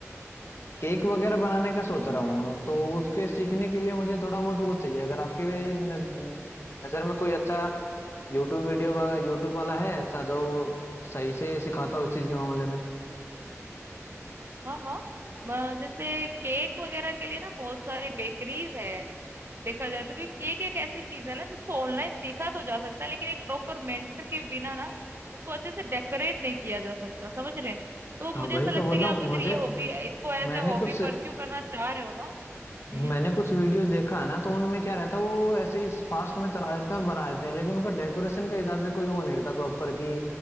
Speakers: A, on the left; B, on the right.
A: केक वगैरह बनाने का सोच रहा हूँ तो उसके सीखने के लिए मुझे थोड़ा बहुत वो चाहिए अगर आपकी वे नज, नज़र में कोई अच्छा यूट्यूब वीडियो वाला यूट्यूब वाला है अच्छा जो सही से सिखाता हो इस चीज़ के मामले में
B: हाँ हाँ म- जैसे केक वगैरह के लिए ना बहुत सारी बेकरीज है देखा जाए तो क्योंकि केक एक ऐसी चीज है ना जिसको ऑनलाइन सीखा तो जा सकता है लेकिन एक प्रॉपर मेंटर के बिना ना उसको अच्छे से डेकोरेट नहीं किया जा सकता समझ रहे हैं तो मुझे
A: हाँ वही
B: ऐसा लगता
A: तो बोल
B: है कि
A: रहा
B: आप
A: हूँ
B: अगर
A: मुझे
B: ये हॉबी इसको एज
A: मैंने
B: ए हॉबी
A: कुछ
B: परस्यू करना चाह रहे हो ना
A: मैंने
B: हम्म,
A: कुछ वीडियोस देखा है ना तो उनमें क्या रहता है वो ऐसे ही फास्ट में चला देते हैं और बना देते हैं लेकिन उनका डेकोरेशन के हिसाब से कोई वो नहीं रहता प्रॉपर कि